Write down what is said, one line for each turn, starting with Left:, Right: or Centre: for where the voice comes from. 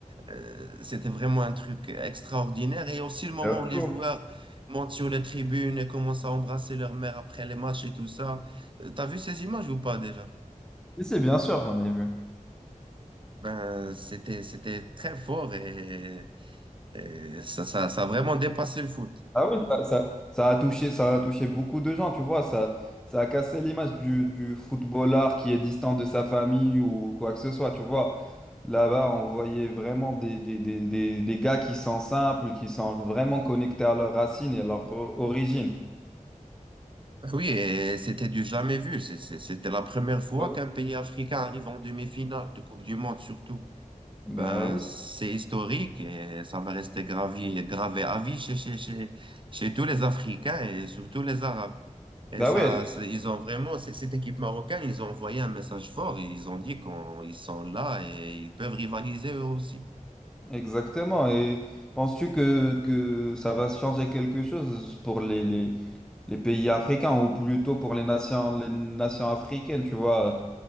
Right: Euh, c'était vraiment un truc extraordinaire. Et aussi le moment
Centre: De
Right: où les
Centre: fou.
Right: joueurs montent sur les tribunes et commencent à embrasser leur mère après les matchs et tout ça. Euh, T'as vu ces images ou pas déjà?
Centre: Et c'est bien sûr, j'en ai vu.
Right: Ben, c'était, c'était très fort et, et ça, ça, ça a vraiment dépassé le foot.
Centre: Ah oui, ça, ça- ça a touché, ça a touché beaucoup de gens, tu vois, ça, ça a cassé l'image du, du footballeur qui est distant de sa famille ou quoi que ce soit, tu vois. Là-bas, on voyait vraiment des, des, des, des, des gars qui sont simples, qui sont vraiment connectés à leurs racines et à leur o- origine.
Right: Ben Oui, et c'était du jamais vu. C'est- c'est- C'était la première fois
Centre: Ah oui.
Right: qu'un pays africain arrive en demi-finale de Coupe du Monde, surtout.
Centre: Bah
Right: Ben,
Centre: oui,
Right: c'est historique et ça va rester gravé, gravé à vie chez, chez, chez, chez tous les Africains et surtout les Arabes. Et
Centre: bah
Right: ça,
Centre: oui, et
Right: c'est- ils ont vraiment, c'est- cette équipe marocaine, ils ont envoyé un message fort et ils ont dit qu'ils sont là et ils peuvent rivaliser eux aussi.
Centre: exactement. Et penses-tu que, que ça va changer quelque chose pour les, les, les pays africains ou plutôt pour les nations, les nations africaines, tu vois?